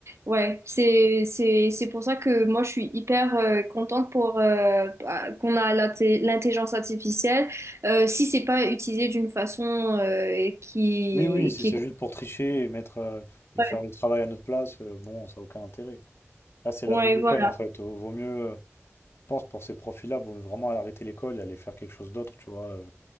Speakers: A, on the right (about 70°); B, on the left (about 55°).
A: ouais, c'est c'est c'est pour ça que moi je suis hyper euh, contente pour euh, bah, qu'on a l'inté- l'intelligence artificielle. Euh, si c'est pas utilisé d'une façon euh, qui
B: Oui, oui, si
A: qui
B: c'est
A: est...
B: juste pour tricher et mettre euh, et
A: ouais,
B: faire le travail à notre place, euh, bon, ça n'a aucun intérêt. Là, c'est
A: ouais,
B: la double
A: voilà,
B: peine en fait. Euh, Vaut mieux, euh, je pense, pour ces profils-là, vaut vraiment arrêter l'école et aller faire quelque chose d'autre, tu vois. euh,